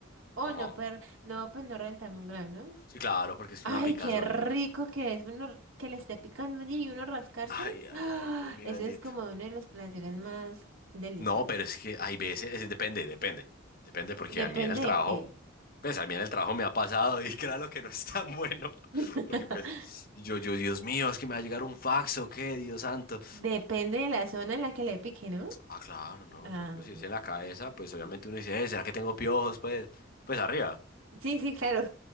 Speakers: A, on the right; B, on the left.
A: o
B: Ajá.
A: no per, no, pues no rentarme un grano.
B: Sí, claro, porque es
A: Ay,
B: que una picazón.
A: qué rico
B: y-
A: que es uno que le esté picando allí y uno rascarse.
B: Ay, ay,
A: ¡Ah!
B: ay, Dios mío
A: Eso
B: bendito.
A: es como uno de los placeres más deliciosos.
B: No, pero es que hay veces, es- depende, depende. Depende, porque
A: Depende
B: a mí en el trabajo,
A: de qué.
B: pues a mí en el trabajo me ha pasado y <laughs> claro que no es tan bueno.
A: <laughs>
B: <laughs> Porque pues, yo, yo, Dios mío, es que me va a llegar un fax o qué, Dios santo.
A: Depende de la zona en la que le pique, ¿no?
B: Ah, claro, no,
A: Ah,
B: por ejemplo, si es en la cabeza, pues obviamente uno dice, "Eh, ¿será que tengo piojos? Pues, pues arriba.
A: sí, sí, claro.